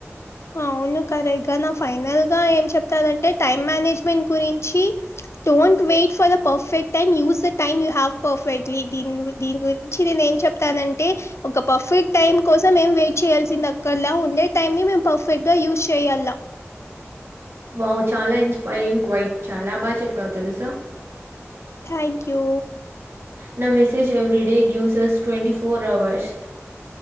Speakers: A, on the left; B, on the right.
A: అవును కరెక్ట్ గా నా ఫైనల్ గా ఏం చెప్తానంటే టైం మేనేజ్మెంట్ గురించి don't wait for the perfect time use the time you have perfectly దీ దీని గురించి నేను ఏం చెప్తాదంటే ఒక పర్ఫెక్ట్ టైమ్ కోసం ఏం వెయిట్ చేల్సింది అక్కరలా ఉండే టైంనే మేం పర్ఫెక్ట్గా యూస్ చేయాల
B: వావ్ చాలా ఇన్స్పైరింగ్ క్వయిట్ చాలా బాగా చెప్పావు తెలుసా
A: థ్యాంక్ యూ
B: నా message every day gives us twenty four hours